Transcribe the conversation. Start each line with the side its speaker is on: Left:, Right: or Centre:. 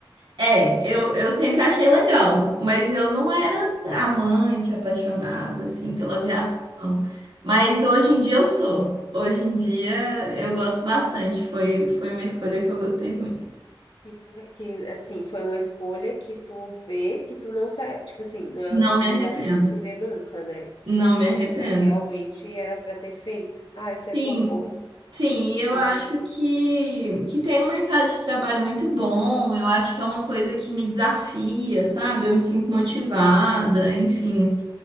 Right: É, eu, eu sempre achei legal, mas eu não era
Left: Aham.
Right: amante, apaixonada, assim, pela aviação,
Left: Sim,
Right: não. Mas hoje em dia eu sou. Hoje em dia eu gosto bastante. Foi, foi uma escolha que eu gostei muito.
Left: que tu, que assim, foi uma escolha que tu vê que tu não se, tipo assim, né?
Right: Não me
Left: Tu
Right: arrependo.
Left: não vai se arrepender nunca, né?
Right: Não me arrependo.
Left: Realmente era pra ter feito. Ah, isso é
Right: Sim,
Left: tão bom,
Right: sim, e eu
Left: porque
Right: acho que, que tem um mercado de trabalho muito bom. Eu acho que é uma coisa que me desafia, sabe? Eu me sinto motivada, enfim.